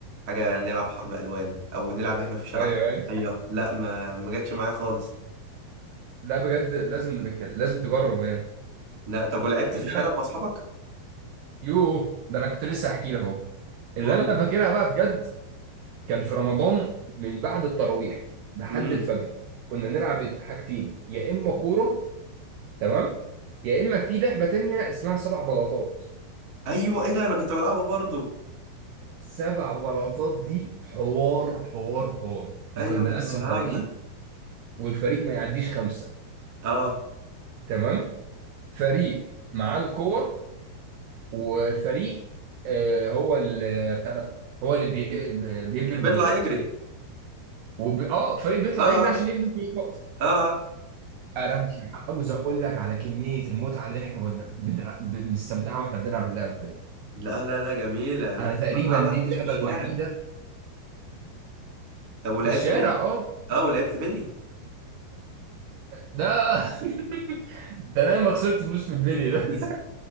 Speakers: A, on the right; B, on the right.
A: حاجة نلعب حرب ألوان أو نلعب إحنا في الشارع
B: ايوه
A: حرب
B: ايوه
A: مية لا ما ما جاتش معايا خالص
B: لا بجد لازم لازم تجرب يعني
A: لا طب ولعبت
B: اللي
A: في الشارع
B: انا
A: مع أصحابك؟
B: يوه ده انا كنت لسه هحكي لك اهو اللي
A: قول
B: انا
A: لي
B: فاكرها بقى بجد كان في رمضان من بعد التراويح لحد
A: امم
B: الفجر كنا نلعب حاجتين يا اما كوره تمام يا اما في لعبه تانية اسمها سبع بلاطات
A: أيوه إيه ده أنا كنت بلعبها برضو
B: سبع بلاطات دي حوار حوار حوار احنا
A: أيوه
B: كنا بنقسم
A: كنت بلعبها
B: فريقين والفريق ما يعديش خمسه
A: أه
B: تمام فريق معاه الكور وفريق آه هو اللي بتاع ده هو اللي بي بيبني
A: اللي
B: البلاطات
A: بيطلع يجري
B: وب... اه فريق بيطلع
A: أه
B: يجري
A: أه
B: عشان يبني البلاطات
A: أه آه.
B: انا مش عاوز اقول لك على كميه المتعه اللي احنا كنا بنلع- بنستمتعها واحنا بنلعب اللعبه دي
A: لا لا لا جميلة أنا
B: انا
A: كنت
B: تقريبا
A: بلعبها
B: دي
A: كتير
B: اللعبه
A: في الشارع
B: الوحيده
A: طب ولعبت
B: في الشارع
A: بيلي؟
B: اه
A: أه ولعبت بيلي
B: ده <laughs> ده انا ما خسرت فلوس في البيلي ده
A: <laughs>